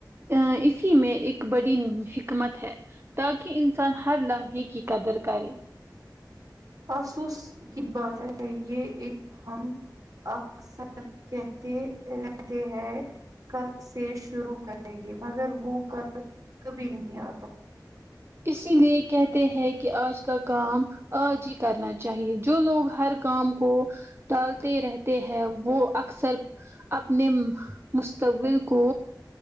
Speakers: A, on the right; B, on the right.
A: آ اسی میں ایک بڑی حکمت ہے تاکہ انسان ہر لمحے کی قدر کرے
B: افسوس کی بات ہے یہ ایک ہم اکثر کہتے رہتے ہیں کل سے شروع کریں گے مگر وہ کل کبھی نہیں آتا
A: اسی لیے کہتے ہیں کہ آج کا کام آج ہی کرنا چاہیے جو لوگ ہر کام کو ڈالتے رہتے ہیں وہ اکثر اپنے مہ مستقبل کو